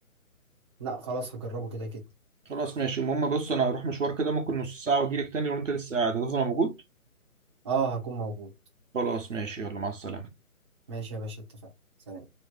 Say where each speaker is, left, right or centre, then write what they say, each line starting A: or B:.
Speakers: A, on the right (about 20°); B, on the right (about 60°).
A: لا خلاص هجربه كده كده
B: خلاص ماشي المهم بص انا هروح مشوار كده ممكن نص ساعه واجيلك تاني وانت لسه قاعد هتفضل موجود
A: اه هكون موجود
B: خلاص ماشي يلا مع السلامه
A: ماشي يا باشا اتفقنا سلام